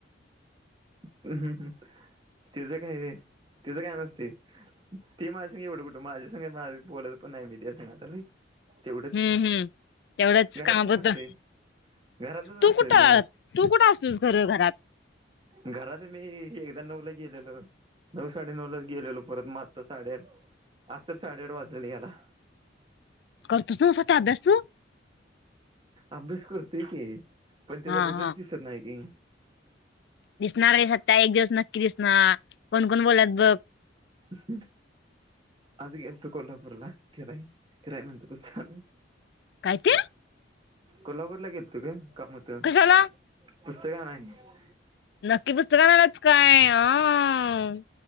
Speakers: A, on the right; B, on the left.
A: ह तेच काय रे तिचं काय नसते.. ती माझ्या संग एवडं कुठं माझं काय नाही माझं... बोलत पण नाही मी <inaudible> तेवढंच...
B: हम्म हम्म तेवढंच
A: घरातच
B: कामापुरतं
A: नसतंय घरातच
B: तू
A: नसतोय
B: कुठं
A: मी...
B: तू कुठं असतोस खरं घरात
A: घरात... मी आत्ता नऊला गेलेलो... नऊ साडेनऊला गेलेलो परत मग आत्ता साडेआठ आज तर साडेआठ वाजलेले यायला
B: करतूस ना स्वतः अभ्यास तू
A: अभ्यास करतोय की... पण त्याचा
B: हा
A: रिझल्ट
B: हा
A: दिसत नाही कि
B: दिसणार आहे सत्या... एक दिवस नक्की दिसणार कोण कोण बोलल्यात बघ
A: ह् <unintelligible> आज गेलतो कोल्हापूरला. फिराय.. फिराय म्हणतो काम ए
B: काय ते
A: कोल्हापूरला गेलतो ग... काम होतं...
B: कशाला
A: पुस्तकं आणायला
B: नक्की पुस्तकं आणायलाच का.. हम्म